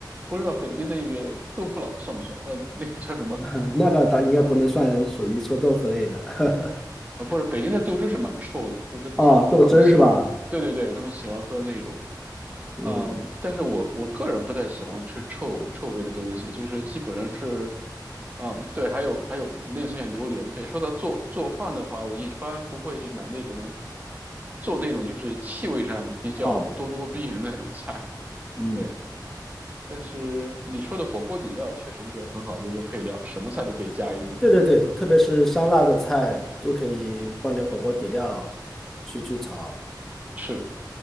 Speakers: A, on the right; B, in the centre.
A: 不知道北京那个豆腐脑算不算？那那个叫什么？
B: <laughs> 那个倒应该不能算属于臭豆腐类的。
A: 啊，不是，北京的豆汁是蛮臭的，就是他们早晨喜欢喝，
B: <laughs> 哦，豆汁儿是吧？
A: 对对对，他们喜欢喝那种。
B: 嗯，
A: 嗯，但是我我个人不太喜欢吃臭臭味的东西，就是基本上是，嗯，对，还有还有类似像榴莲，对，说到做做饭的话，我一般不会买那种做那种就是气味上比较咄咄逼人的那种菜，
B: 哦，嗯，
A: 对。但是你说的火锅底料确实一个很好的一个配料，什么菜都可以加一点，
B: 对对对，特别是香辣的菜都可以放点火锅底料去去炒，
A: 是。